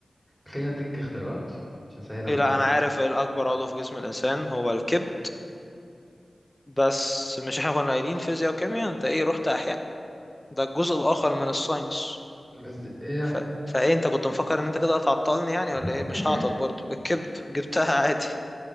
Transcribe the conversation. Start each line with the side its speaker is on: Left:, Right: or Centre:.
Centre: خلينا أديك اختيارات عشان أسهل
Left: إيه
Centre: عليك
Left: لا
Centre: برضه
Left: انا عارف إيه الاكبر عضو في جسم الانسان هو الكبد بس مش احنا كنا قايلين فيزياء وكيمياء انت ايه رحت احياء ده الجزء الاخر من الساينس
Centre: بس دي... إيه
Left: ف... فايه انت كنت مفكر ان انت كده هتعطلني يعني
Centre: <laughs>
Left: ولا ايه مش هعطل برضو الكبد جبتها عادي